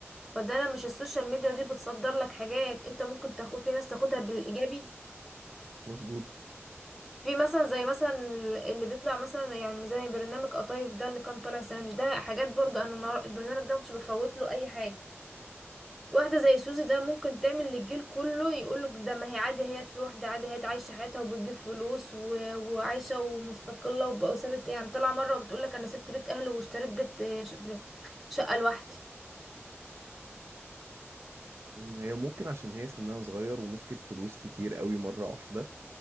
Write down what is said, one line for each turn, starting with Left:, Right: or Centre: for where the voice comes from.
Centre: فده لما مش السوشيال ميديا دي بتصدر لك حاجات انت ممكن تاخد في ناس تاخدها بالايجابي
Right: مظبوط
Centre: في مثلا زي مثلا اللي بيطلع مثلا يعني زي برنامج قطايف ده اللي كان طالع السنة مش ده حاجات برضو انا النهار- البرنامج ده مكنتش بفوت له اي حاجة واحدة زي سوزي ده ممكن تعمل للجيل كله يقولك ده ما هي عادي هي في واحدة عادي هي عايشة حياتها وبتجيب فلوس و... وعايشة ومستقلة وب- وسابت يعني طلع مرة وبتقولك أنا سبت بيت أهلي واشتريت بيت آه، ش- شقة لوحدي
Right: هي ممكن عشان هي سنها صغير ومسكت فلوس كتير قوي مره واحده